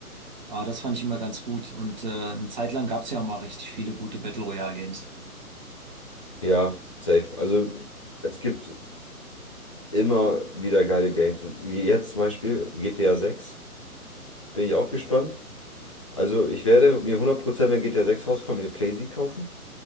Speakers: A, on the right; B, on the left.
A: Aber das fand ich immer ganz gut. Und äh, eine Zeit lang gab es ja auch mal richtig viele gute Battle Royale Games.
B: Ja, safe. Also es gibt immer wieder geile Games. Wie Jetzt zum Beispiel GTA 6, bin ich auch gespannt. Also ich werde mir 100%, wenn GTA 6 rauskommt, mir eine PlayStation kaufen,